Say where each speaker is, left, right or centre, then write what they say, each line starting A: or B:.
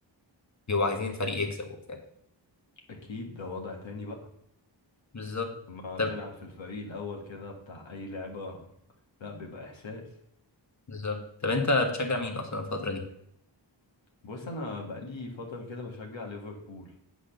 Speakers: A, on the left; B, on the left.
A: وبيبقوا عايزين الفريق
B: أ-
A: يكسب وبتاع
B: اكيد ده وضع تاني بقى
A: بالظبط
B: لما
A: طب
B: تلعب في الفريق الاول كده بتاع اي لعبة لا بيبقى احساس
A: بالظبط طب انت بتشجع مين اصلا الفتره دي
B: بص انا بقالي فترة كده بشجع ليفربول